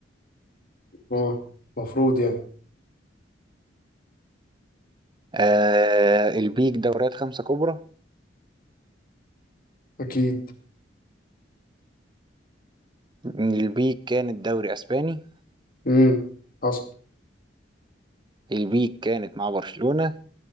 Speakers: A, on the left; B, on the right.
A: اه مفروض يعني
B: آه البيك دوريات خمسة كبرى
A: اكيد
B: البيك كانت دوري اسباني
A: امم حصل
B: البيك كانت مع برشلونة